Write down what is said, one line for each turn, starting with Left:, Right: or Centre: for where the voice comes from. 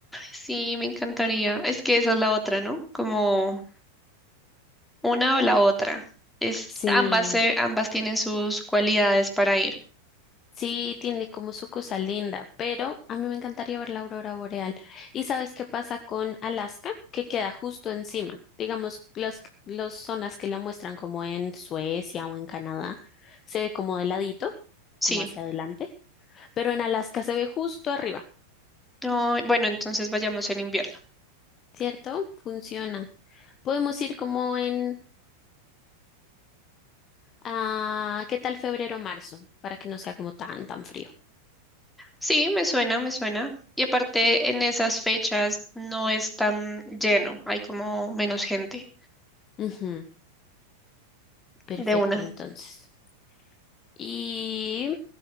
Centre: Sí, me encantaría. Es que esa es la otra, ¿no? Como una o la otra. Es,
Left: Sí,
Centre: ambas, se- ambas tienen sus cualidades para ir.
Left: sí, tiene como su cosa linda, pero a mí me encantaría ver la aurora boreal. ¿Y sabes qué pasa con Alaska? Que queda justo encima. Digamos, las los zonas que la muestran como en Suecia o en Canadá, se ve como de ladito,
Centre: Sí.
Left: como hacia adelante, pero en Alaska se ve justo arriba,
Centre: Ay, bueno, entonces vayamos en invierno.
Left: ¿cierto? Funciona. Podemos ir como en, ah, ¿qué tal febrero o marzo? Para que no sea como tan, tan frío.
Centre: Sí, me suena, me suena. Y aparte, en esas fechas no es tan lleno, hay como menos gente
Left: Ujú. Perfecto,
Centre: de una.
Left: entonces. Y